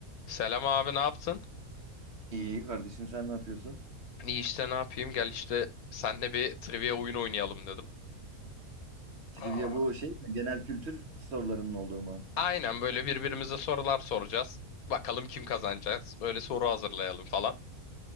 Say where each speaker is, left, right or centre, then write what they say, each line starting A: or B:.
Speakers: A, on the left (about 75°); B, on the right (about 50°).
A: Selam abi ne yaptın?
B: İyi kardeşim sen ne yapıyorsun?
A: İyi işte ne yapayım gel işte senle bir trivia oyunu oynayalım dedim.
B: Trivia
A: Aa.
B: bu şey mi? Genel kültür sorularının olduğu mu?
A: Aynen böyle birbirimize sorular soracağız. Bakalım kim kazanacağız. Böyle soru hazırlayalım falan.